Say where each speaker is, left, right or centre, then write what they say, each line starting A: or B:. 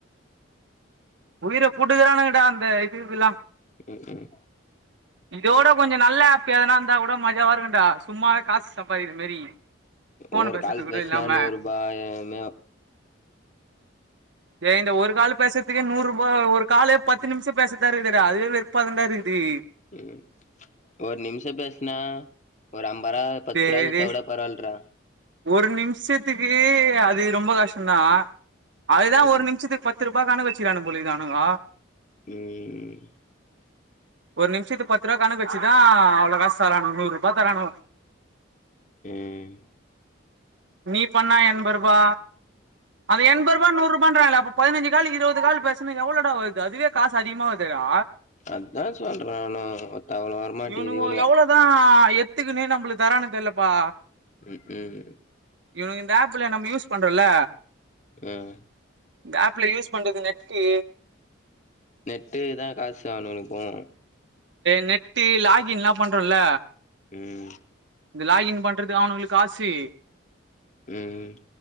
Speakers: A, on the right; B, on the left.
A: உயிர புட்டுக்கறானுங்கடா அந்த இது இதுதெல்லா
B: உம் உம்
A: இதோட கொஞ்ச நல்ல ஆப் ஏதுனா இருந்தா கூட மஜாவா இருக்குடா சும்மாவே காசு சாப்பாதிக்கிற மாரி ஃபோன்
B: ஒரு
A: பேசுறதுக்கு
B: கால்
A: கூட
B: பேசனா
A: இல்லாம
B: நூறு ரூபாயமே
A: ஏ இந்த ஒரு கால் பேசறதுக்கே நூறு ரூபாய் ஒரு காலே பத்து நிமிஷ பேசுரதா இருக்குதுடா அதுவே வெறுப்பாதான்டா இருக்குது
B: ம் ஒரு நிமிஷ பேசுனா ஒரு அம் பரா பத்துருவ
A: டே
B: குடுத்தா
A: டே
B: கூட பரவாயில்றா
A: ஒரு நிமிஷத்துக்கு அது ரொம்ப கஷ்ட தா அதுதா
B: ம்
A: ஒரு நிமிஷத்துக்கு பத்து ரூபா பா கணக்கு வச்சிரனுங்க போலிருக்கு அனுங்க
B: உம்
A: ஒரு நிமிஷத்து பத்து ரூபா கணக்கு வச்சுதா அவ்வளோ காசு தரணுங்க நூறு ரூபாய் தரணுங்க
B: உம்
A: நீ பண்ணா எண்பது ரூபா அது எண்பது ரூபா நூறு ரூபாங்கிறாங்களே அப்ப பதினஞ்சு கால் இருபது கால் பேசுனா எவ்ளோடா வருது அதுவே காசு அதிகமா வருதேடா
B: அதுதா சொல்றே நானு ஓத்த அவ்வனுங்க வரமாட்டிங்குது
A: இவனுங்கோ
B: இனுங்க
A: எவ்ளோதா எத்துக்குன்னு நம்மளுக்கு தரானுங்க தெரியலப்பா
B: உம் உம்
A: இவங்க இந்த ஆப்ல நம்ம யூஸ் பண்றோம்ல்ல
B: ஆஹ்
A: இந்த ஆப்ல யூஸ் பண்றது நெட்டு
B: நெட்டு இததான் காசு ஆகணும் நினைப்போம்
A: நெட்டு் லாகின் எல்லாம் பண்றோம்ல
B: உம்
A: இந்த லாகின் பண்றது அவனுங்களுக்கு காசு
B: ஆஹ